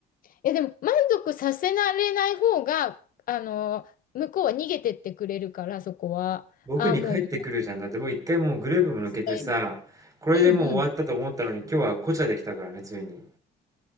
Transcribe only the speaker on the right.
僕に帰ってくるじゃん。
だって僕一回もうグループも抜けてさ、
これでもう終わったと思ったのに今日はこちゃできたからね、
ついに。